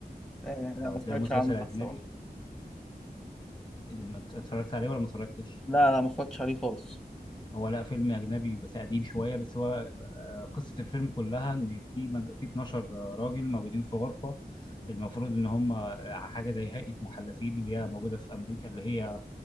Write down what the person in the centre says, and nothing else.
آه لا ما سمعتش
عنه ده
الصراحة
لا لا ما اتفرجتش عليه خالص